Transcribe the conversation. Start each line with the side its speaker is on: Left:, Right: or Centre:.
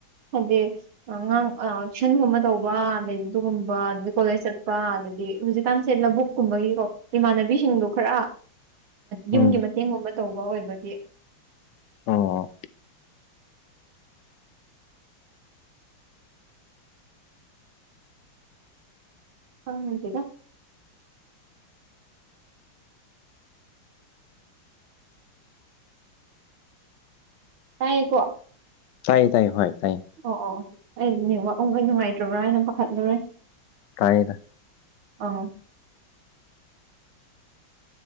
Right: ꯍꯧꯖꯤꯛ ꯑꯉꯥꯡ ꯑ ꯇꯨꯏꯁꯟꯒꯨꯝꯕ ꯇꯧꯕ ꯑꯗꯩ ꯑꯗꯨꯒꯨꯝꯕ ꯑꯗꯒꯤ ꯀꯣꯂꯦꯖ ꯆꯠꯄ ꯑꯗꯒꯤ ꯍꯧꯖꯤꯛꯀꯥꯟꯁꯦ ꯂꯕꯨꯨꯛꯀꯨꯝꯕꯒꯤꯀꯣ ꯏꯃꯥꯟꯅꯕꯤꯁꯤꯡꯗꯣ ꯈꯔ
Left: ꯎꯝ
Right: ꯌꯨꯝꯒꯤ ꯃꯇꯦꯡꯒꯨꯝꯕ ꯇꯧꯕ ꯑꯣꯏꯕꯒꯤ
Left: ꯑꯣ
Right: ꯈꯪꯗꯦꯗ ꯇꯥꯏꯌꯦꯀꯣ
Left: ꯇꯥꯏ ꯇꯥꯏ ꯍꯣꯏ ꯇꯥꯏ
Right: ꯑꯣ ꯑꯣ ꯑꯣ ꯑꯩꯗꯤ ꯅꯦꯠꯋꯥꯛ ꯎꯪꯒꯩ ꯅꯨꯡꯉꯥꯏꯇ꯭ꯔꯕ꯭ꯔꯥꯅ ꯄꯥꯈꯠꯂꯨꯔꯦ
Left: ꯇꯥꯏꯌꯦꯗ
Right: ꯑꯥ